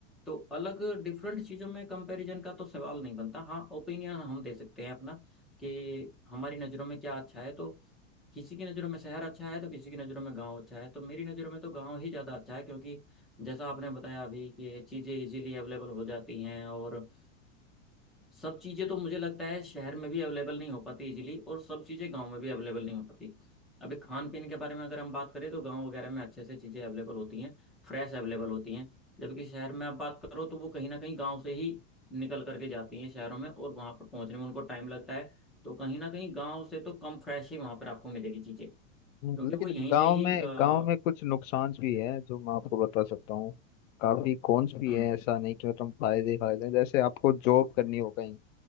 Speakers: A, in the centre; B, on the left.
A: तो अलग डिफरेंट चीज़ों में कंपैरिजन का तो सवाल नहीं बनता हाँ ओपिनियन हम दे सकते हैं अपना कि हमारी नज़रों में क्या अच्छा है तो किसी की नज़रों में शहर अच्छा है तो किसी की नज़रों में गांव अच्छा है तो मेरी नज़रों में तो गांव ही ज़्यादा अच्छा है क्योंकि जैसा आपने बताया अभी कि चीज़ें इजीली अवेलेबल हो जाती हैं और सब चीज़ें तो मुझे लगता है शहर में भी अवेलेबल नहीं हो पाती इजीली और सब चीज़ें गांव में भी अवेलेबल नहीं हो पाती अभी खान पीन के बारे में अगर हम बात करें तो गांव वगैरह में अच्छे से चीज़ें अवेलेबल होती हैं फ्रेश अवेलेबल होती हैं जबकि शहर में आप बात करो तो वो कहीं ना कहीं गाँव से ही निकल करके जाती हैं शहरों में और वहाँ पर पहुँचने में उनको टाइम लगता है तो कहीं ना कहीं गाँव से तो कम फ्रेश ही वहाँ पर आपको मिलेगी चीज़ें क्योंकि
B: हम्म। लेकिन
A: वो यहीं
B: गांव
A: से ही
B: में
A: अ,
B: गांव में कुछ नुकसान भी है जो मैं आपको बता सकता हूँ काफी कॉन्स भी
A: हम्म
B: है ऐसा नहीं कि मतलब फायदे ही फायदे हैं। जैसे आपको जॉब करनी हो कहीं